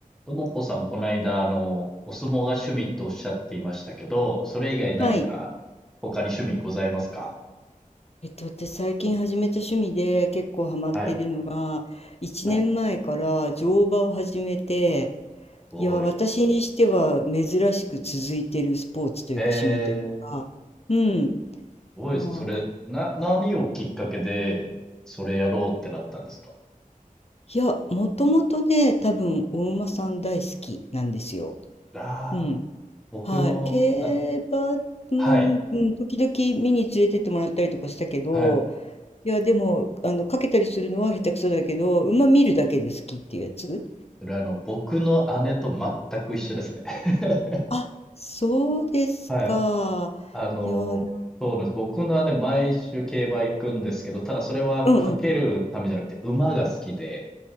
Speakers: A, in the centre; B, on the left.
A: ともこさん、この間、あの、お相撲が趣味とおっしゃっていましたけど、それ以外何か他に趣味ございますか
B: はい。えっと、私最近始めた趣味で結構ハマってるのが、
A: はい、
B: 1年前から乗馬を始めて、
A: はい、すごい。
B: いや、私にしては珍しく続いてるスポーツというか趣味というか、
A: へえ、
B: うん、
A: すごいですね。
B: まあ、
A: それ、な、何をきっかけで、それやろうってなったんですか
B: いや、もともとね、多分お馬さん大好きなんですよ。
A: ああー、
B: うん。
A: 僕の、
B: はい。競馬も、
A: あ、はい、
B: うん、時々見に連れてってもらったりとかしたけど、
A: はい。
B: いや、でも、あの、かけたりするのは下手くそだけど、馬見るだけで好きっていうやつ。
A: それあの、僕の姉と全く一緒ですね。<laughs>
B: あ、そうですか。
A: はい。あの、
B: いや、な
A: そうなんです。僕の姉、毎週競馬行くんですけど、ただそれはかけるためじゃなくて、
B: うんうん、
A: 馬が好きで、